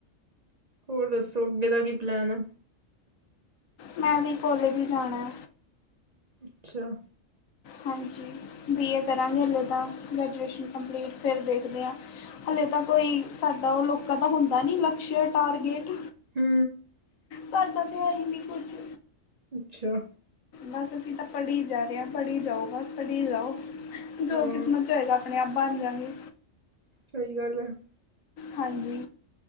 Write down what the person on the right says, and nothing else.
ਹੋਰ ਦੱਸੋ ਮੇਰਾ ਕੀ ਪਲੈਨ ਹੈ
ਅੱਛਾ
ਹੂੰ
ਅੱਛਿਆ
ਹਾਂ
ਸਹੀ ਗੱਲ ਐ।